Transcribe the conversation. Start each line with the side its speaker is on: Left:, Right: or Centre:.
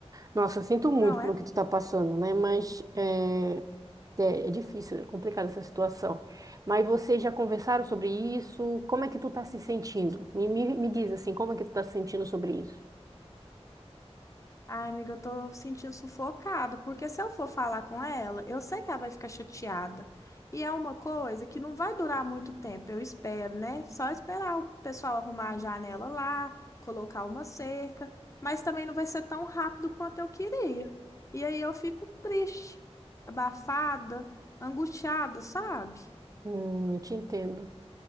Right: Nossa, eu sinto muito
Left: Não,
Right: pelo
Left: é
Right: que tu tá passando, né? Mas é, É, é difícil, é complicada essa situação. Mas vocês já conversaram sobre isso? Como é que tu tá se sentindo? Me, me, me diz assim, como é que tu tá se sentindo sobre isso?
Left: Ai, amiga, eu tô sentindo sufocada, porque se eu for falar com ela, eu sei que ela vai ficar chateada. E é uma coisa que não vai durar muito tempo, eu espero, né? Só esperar o pessoal arrumar a janela lá, colocar uma cerca, mas também não vai ser tão rápido quanto eu queria. E aí eu fico triste, abafada, angustiada, sabe?
Right: Hum, eu te entendo.